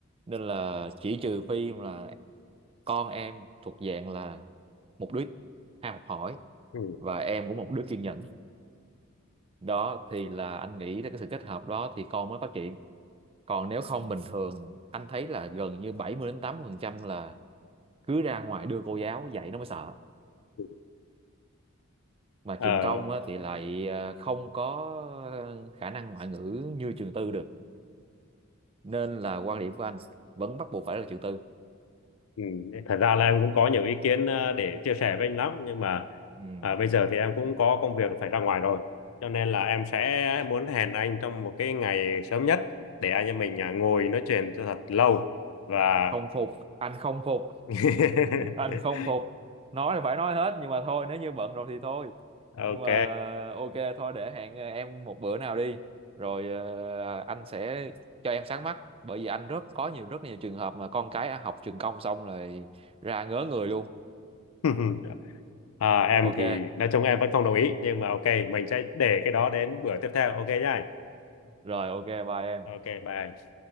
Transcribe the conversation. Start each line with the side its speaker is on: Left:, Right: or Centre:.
Right: nên là chỉ trừ phi là con em thuộc dạng là một đứa ham học hỏi
Left: Ừ.
Right: và em cũng một đứa kiên nhẫn đó thì là anh nghĩ là cái sự kết hợp đó thì con mới phát triển còn nếu không bình thường anh thấy là gần như 70 đến 80 phần trăm là cứ ra ngoài đưa cô giáo dạy nó mới sợ
Left: ừ.
Right: mà
Left: Ờ,
Right: trường công á, thì lại ờ, không có ờ, khả năng ngoại ngữ như trường tư được nên là quan điểm của anh vẫn bắt buộc phải là trường tư
Left: ừ. Thật ra là em cũng có nhiều ý kiến ờ, để chia sẻ với anh lắm nhưng mà
Right: ừ.
Left: à, bây giờ thì em cũng có công việc phải ra ngoài rồi cho nên là em sẽ muốn hẹn anh trong một cái ngày sớm nhất để anh em mình à, ngồi nói chuyện cho thật lâu và
Right: không phục anh không phục
Left: <laughs>
Right: anh không phục nói là phải nói hết nhưng mà thôi nếu như bận rồi thì thôi
Left: ok
Right: nhưng mà ờ, ok thôi để hẹn ờ, em một bữa nào đi rồi ờ, anh sẽ cho em sáng mắt bởi vì anh rất có nhiều rất nhiều trường hợp mà con cái học trường công xong rồi ra ngớ người luôn
Left: <laughs> à, em
Right: ok
Left: thì nói chung em vẫn không đồng ý nhưng mà ok mình sẽ để cái đó đến bữa tiếp theo ok nhá anh?
Right: rồi ok bye em
Left: ok bye anh.